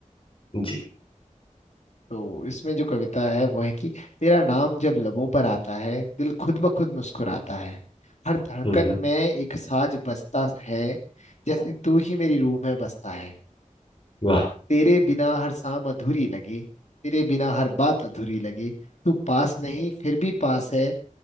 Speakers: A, on the left; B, on the left.
A: जी
B: तो इसमें जो कविता है वो है कि तेरा नाम जब लबों पर आता है दिल खुद ब खुद मुस्कुराता है हर धड़कन
A: हम्म हम्म
B: में एक साज बजता है जैसे तू ही मेरी रूह में बसता है
A: वाह
B: तेरे बिना हर शाम अधूरी लगी तेरे बिना हर बात अधूरी लगी तू पास नहीं फिर भी पास है